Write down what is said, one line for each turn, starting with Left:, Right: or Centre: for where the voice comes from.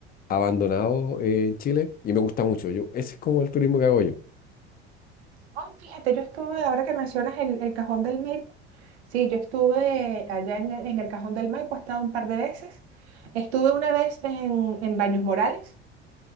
Left: abandonados eh, en Chile, y me gusta mucho, yo, ese es como el turismo que hago yo.
Right: Ay, fíjate, yo estuve, ahora que mencionas el, el Cajón del Maipo, sí, yo estuve allá en el, en el Cajón del Maipo, he estado un par de veces. Estuve una vez en, en Baños Morales,